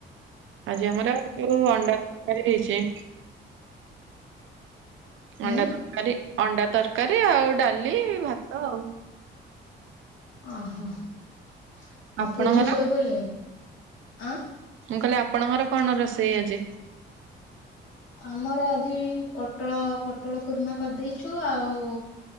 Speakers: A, on the right; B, on the left.
A: ଆଜି ଆମର ଯୋଉ ଅଣ୍ଡାରକାର ହେଇଛି। ଅଣ୍ଡା
B: ଉଁ
A: ତରକାରୀ ଅଣ୍ଡା ତରକାରୀ ଆଉ ଡାଲି ଭାତ ଆଉ।
B: ଓହୋ ଆଉ
A: ଆପଣଙ୍କର
B: ପୁଅ ଝିଅ ଶୋଇପଇଲେ ଆଁ।
A: ମୁଁ କହିଲି ଆପଣଙ୍କର କଣ ରୋଷେଇ ଆଜି?
B: ଆମର ଆଜି ପୋଟଳ ପୋଟଳ କୁର୍ମା କରିଦେଇଛୁ ଆଉ